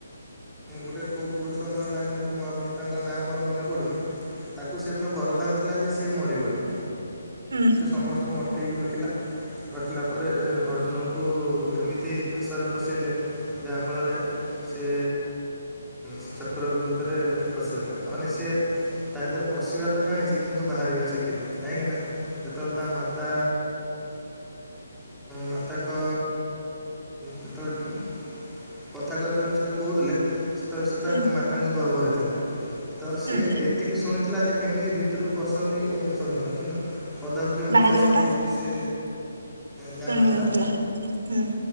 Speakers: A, in the centre; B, on the right.
A: ଗୋଟେ କୋଉ ପୁରୁଷ ନ ନାହିଁ ମହାପୁରୁଷ ତାଙ୍କ ନାଁ ମୋର ମନେ ପଡ଼ୁନି ତାକୁ ସେଦିନ ବରଦାନ ଥିଲା ଯେ ସିଏ ମରିବନି।
B: ହୁଁ
A: ସେ ସମସ୍ତଙ୍କୁ ଅଟକେଇକି ରଖିଲା ରଖିଲା ପରେ ଅର୍ଜୁନକୁ ଏମିତି ଫା ସରେ ଫସେଇଲେ ଯାହାଫଳରେ ସେ ସେ ଚକ୍ରକ୍ରବଭୃତରେ ପଶିଗଲା ନହନେ ସେ ତା ଭିତରେ ପଶିବା ତ ଜାଣିଛି କିନ୍ତୁ ବାହାରିବା ଶିଖିନି କାହିଁକି ନା ଯେତେ ବେଳେ ତା ମାତା ମାତାଙ୍କ ଯେତେବେଳେ କଥା କଥା ଅନୁସାରେ କହୁଥିଲେ ସେତେବେଳେ ସେ
B: ହୁଁ
A: ତା ମାତାଙ୍କ ଗର୍ବରେ ଥିଲେ। ତ ସିଏ
B: ହୁଁ
A: ଏତିକି ଶୁଣିଥିଲା ଯେ କେମିତି ଭିତରକୁ ପସନ୍ତି ଶୁଣିଥିଲା କିନ୍ତୁ ପଦାକୁ କେମିତି
B: ବାହାରିବଟା
A: ଆସନ୍ତି ସେ ଜାଣିନଥିଲା।
B: ଶୁଣି ନଥିଲେ ହୁଁ